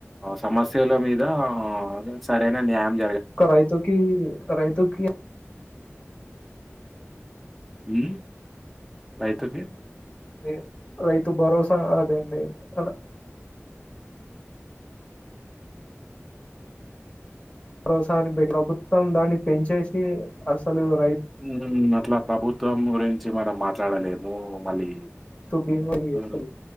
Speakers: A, in the centre; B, on the left.
A: సమస్యల మీద, అదే సరైన న్యామ్
B: కా రైతుకి అరైతుక్కి
A: హ్మ్ రైతుకి
B: అదే రైతు భరోసా అదేండి. అలా ప్రౌసారీ బేటి ప్రభుత్వం, దాన్ని పెంచేసి అసలు రైతు
A: హ్మ్ అట్లాక్ ప్రభుత్వం గురించి మనం మాట్లాడలేము. మళ్ళీ
B: బీమా చేస్తుంది
A: హు